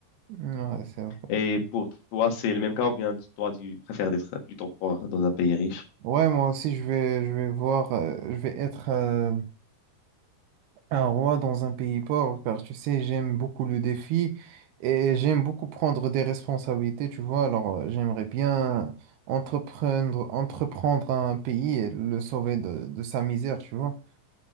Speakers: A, on the right (about 75°); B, on the left (about 70°).
A: Ouais, c'est vrai.
B: Et pour toi, c'est le même cas ou bien toi, tu préfères d'être plutôt pauvre dans un pays riche?
A: Ouais, moi aussi, je vais, je vais voir, euh, je vais être euh, un roi dans un pays pauvre car tu sais, j'aime beaucoup le défi et j'aime beaucoup prendre des responsabilités, tu vois. Alors, euh, j'aimerais bien entreprendre, entreprendre un pays et le sauver de, de sa misère, tu vois.